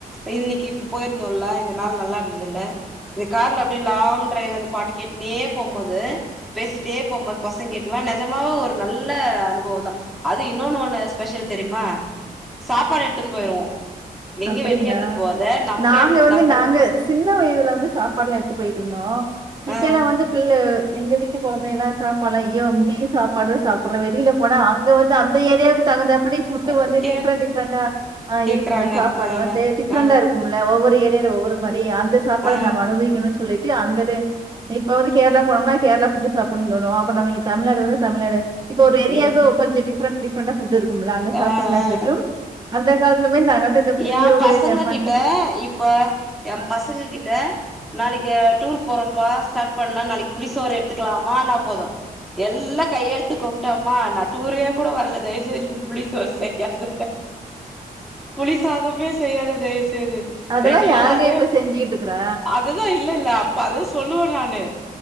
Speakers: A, in the centre; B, on the right.
A: இது இன்னிக்கி இப்ப போயிருந்தோம்ல இந்த நாள் நல்லா இருந்தது இல்ல இந்த கார்ல அப்டியே லாங் ட்ரைவ் வந்து பாட்டு கேட்டுக்கினே போம்போது பேசிட் அப்டியே போம் போது பசங்க கிட்டலா நெஜமாவு ஒரு நல்ல அனுபவம் தா அது இன்னொன்னு ஒண்ணு ஸ்பெஷல் தெரியுமா சாப்பாடு எடுத்துன்னு போயிருவோ எங்கயு
B: அப்டிங்களா
A: வெளிய எடுத்துட்டு போவாத நம்பளே
B: நாங்க
A: எடுத்துட்டு
B: வந்து
A: நம்பள
B: நாங்க சின்ன வயதுல வந்து சாப்பாடுலா எடுத்து போயிட்டு இருந்தோம் இப்ப
A: ஆ
B: எல்லாம் வந்து பிள்ள எங்க வீட்டு கொழந்தைகள் எல்லாம் சாப்பாடுலா ஐயோ இங்கியும் சாப்பாடு சாப் அப்புறம் வெளியில போனா அங்க வந்து அந்த ஏரியாவுக்கு தகுந்தாப்புடி ஃபுட்டு
A: அது
B: வந்து
A: கே
B: டிஃபரன்ட் டிஃபரன்ட்டா ஆ
A: கேக்குறாங்க
B: இருக்கும்ல்ல சாப் பாடு
A: ஆ
B: வந்து டிஃபரன்டா
A: ஆ
B: இருக்கும்ல்ல ஒவ்வொரு ஏரியாவுல ஒவ்வொரு மாரி அந்த சாப்பாடு
A: ஆ
B: நம்ம அனுபவிக்கணு சொல்லிட்டு அங்கத இப்ப வந்து கேரளா போனம்னா கேரளா ஃபுட் சாப் குந்தானும் அப்ப நம்ம தமிழ்நாடு வந்து தமிழ்நாடு இப்ப ஒரு ஏரியாவுக்கு
A: ம்
B: கொஞ்ச டிஃபரன்ட் டிஃபரன்ட்டா ஃபுட் இருக் கும்ல அந்த சாப்படலா
A: ஆ ஆ
B: சொட்டும் அந்த காலத்துல போய் நாங்க வந்து இந்த புளியோதரை,
A: ஏன் பசங்க
B: லெமன்
A: கிட்ட இப்ப
B: ரைஸ்
A: என் பசங்க கிட்ட நாளைக்கி டூர் போறோம்பா ஸ்டார்ட் பண்ணலாம் நாளைக்கி புளிசோறு எடுத்துக்கலாமானா போதும் எல்லா கையெடுத்து கும்புட்டு அம்மா நா டூர்க்கே கூட வரல தயவுசெய்து புளி சோறு செய்யாத புளி சாதமே செய்யாத தயவுசெய்து
B: அதெல்லாம்
A: ரெண்டு நாள்
B: யாருங்க
A: அதே
B: இப்ப செஞ்சுகிட்டு இருக்கிறா?
A: அதுதா இல்ல இல்ல அப்ப அததா சொல்லுவே நானு